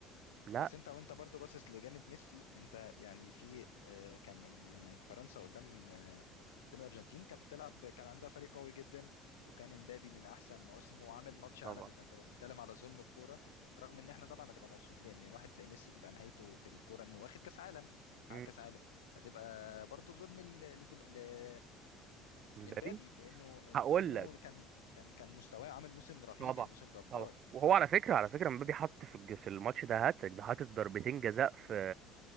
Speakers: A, on the right; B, on the left.
A: لا
B: بس انت وانت برضو باصص لجانب ميسي انت يعني في آه، كان آه، فرنسا قدام آه، قدام الارجنتين كانت بتلعب كان عندها فريق قوي جدا وكان امبابي من احسن مواسمه وعامل ماتش عالمي
A: طبعا
B: فانت لو بتتكلم على ظلم الكوره رغم ان احنا طبعا هتبقى مبسوط لان واحد زي ميسي تبقى نهايته في الكوره انه واخد كاس عالم
A: مم.
B: حقق كاس عالم هتبقى برضو ظلم ل- لدم- ل-
A: مبابي
B: لامبابي لانه
A: هقول
B: لانه
A: لك
B: كان كان كان مستواه عامل موسم رهيب
A: طبعا
B: يعني موسم جبار
A: طبعا وهو على فكره على فكره مبابي حط في الج- في الماتش ده هاتريك ده حاطط ضربتين جزاء في